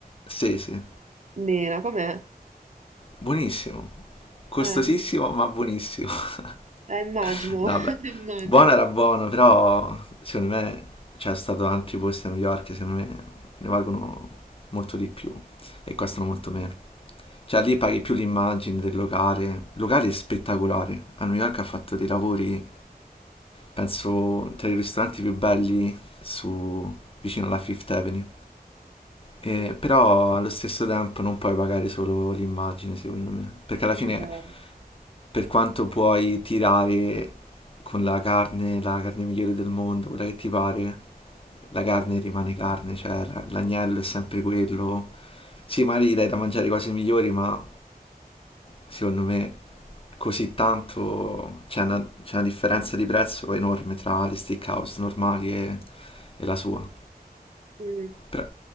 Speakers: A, on the left; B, on the right.
A: Sì, sì.
B: Mena, com'è?
A: Buonissimo, costosissimo
B: Eh,
A: ma buonissimo. <laughs>
B: eh, immagino,
A: No,
B: <laughs>
A: Vabbè,
B: immagino.
A: buono era buono, però secondo me c'è stato altri posti a New York, che secondo me ne valgono molto di più e costano molto meno. Cioè lì paghi più l'immagine del locale, il locale è spettacolare, a New York ha fatto dei lavori, penso, tra i ristoranti più belli su, vicino alla Fifth Avenue. Eh,
B: Mm,
A: però allo stesso tempo non puoi pagare solo l'immagine, secondo me, perché alla
B: no.
A: fine, per quanto puoi tirare con la carne, la carne migliore del mondo, quella che ti pare, la carne rimane carne, cioè la- l'agnello è sempre quello. Sì, magari gli dai da mangiare cose migliori, ma secondo me così tanto c'è una, c'è una differenza di prezzo enorme tra le steakhouse normali e, e la sua.
B: Mm.
A: Però,